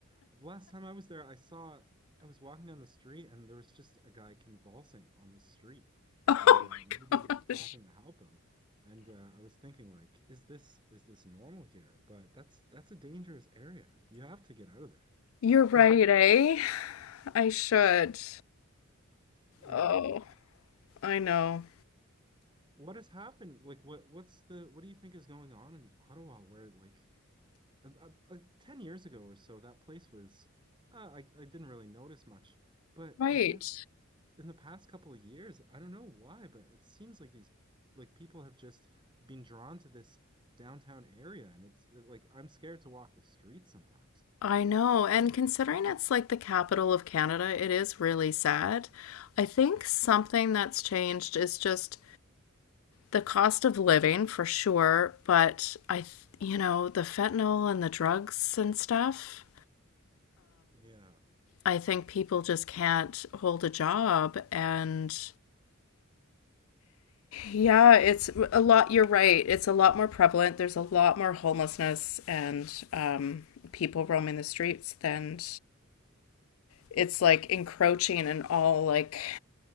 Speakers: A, on the right (about 20°); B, on the left (about 70°).
A: last time I was there, I saw I was walking down the street and there was just a guy convulsing on the street,
B: Oh
A: and uh,
B: my
A: nobody is
B: gosh.
A: stopping to help him. And uh, I was thinking, like, is this is this normal here? But that's that's a dangerous area. You have to get out of there.
B: You're
A: <laughs>
B: right,
A: Like,
B: eh? I should.
A: yeah,
B: Oh, I know.
A: what has happened? Like, what what's the what do you think is going on in Ottawa where like uh, uh, uh, 10 years ago or so, that place was, uh, I, I didn't really notice much. But
B: Right.
A: I guess in the past couple of years, I don't know why, but it seems like these, like people have just been drawn to this downtown area. And it's uh, like, I'm scared to walk the streets sometimes.
B: I know. And considering it's like the capital of Canada, it is really sad. I think something that's changed is just the cost of living for sure, but I, you know, the fentanyl and the drugs and stuff.
A: Yeah.
B: I think people just can't hold a job and yeah, it's a lot. You're right. It's a lot more prevalent. There's a lot more homelessness and um, people roaming the streets than it's like encroaching in all like